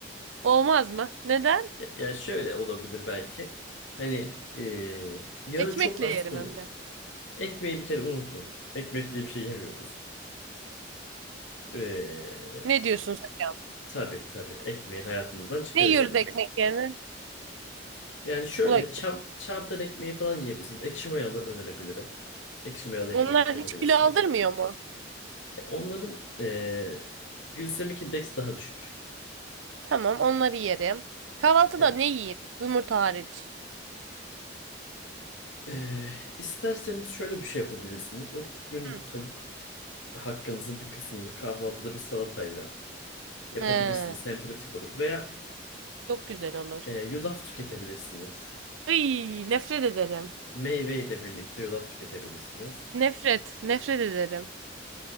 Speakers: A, on the right (about 80°); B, on the left (about 75°).
A: Olmaz mı? Neden?
B: Ya, yani şöyle olabilir belki. Hani ee, yağı
A: Ekmekle
B: çok az
A: yerim
B: kullanın.
A: hem de.
B: Ekmeği bir kere unutun. Ekmekli bir şey yemiyoruz. Ee,
A: Ne diyorsunuz hocam?
B: tabii tabii. Ekmeği hayatımızdan çıkaracağız
A: Ne yiyoruz
B: artık.
A: ekmek yerine?
B: Yani şöyle
A: Ulan,
B: çav, çavdar ekmeği falan yiyebilirsiniz. Ekşi mayalı önerebilirim. Ekşi mayalı ekmek
A: onlar
B: tüketebilirsiniz.
A: hiç kilo aldırmıyor mu?
B: Ya onların eee glisemik indeksi daha düşük.
A: Tamam, onları yerim. Kahvaltıda
B: Evet.
A: ne yiyeyim? Yumurta hariç.
B: Eee, isterseniz şöyle bir şey yapabilirsiniz. O günlük
A: Hı.
B: tavuk hakkınızın bir kısmını kahvaltıda bir salatayla yapabilirsiniz.
A: He,
B: Hem pratik olur. Veya
A: çok güzel olur.
B: eee, yulaf tüketebilirsiniz.
A: Iy, nefret ederim.
B: Meyve ile birlikte yulaf tüketebilirsiniz.
A: Nefret, nefret ederim.